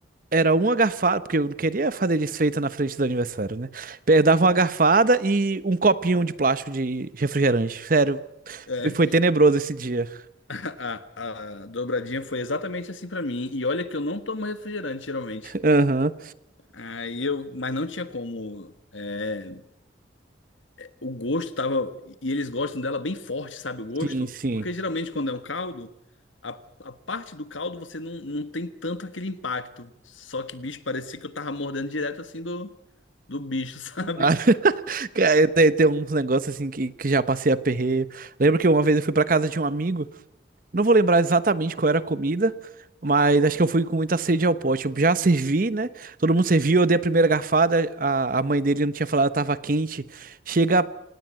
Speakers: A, on the right (about 45°); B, on the left (about 90°).
A: era uma garfada, porque eu não queria fazer desfeita na frente do aniversário, né? Eu dava uma garfada e um copinho de plástico de refrigerante. Sério,
B: É,
A: foi foi tenebroso esse dia.
B: <laughs> a, a dobradinha foi exatamente assim pra mim. E olha que eu não tomo refrigerante, geralmente.
A: Aham,
B: Aí eu, mas não tinha como. é, o gosto tava. E eles gostam dela bem forte, sabe? O gosto.
A: Sim, sim.
B: Porque geralmente quando é um caldo, a, a parte do caldo você não, não tem tanto aquele impacto. Só que, bicho, parecia que eu tava mordendo direto assim do, do bicho, <laughs> sabe?
A: Ah, <laughs> cara, Tem, tem uns negócios assim que, que já passei aperreio. Lembro que uma vez eu fui pra casa de um amigo. Não vou lembrar exatamente qual era a comida, mas acho que eu fui com muita sede ao pote. Eu já servi, né? Todo mundo serviu, eu dei a primeira garfada, a, a mãe dele não tinha falado, tava quente. Chega,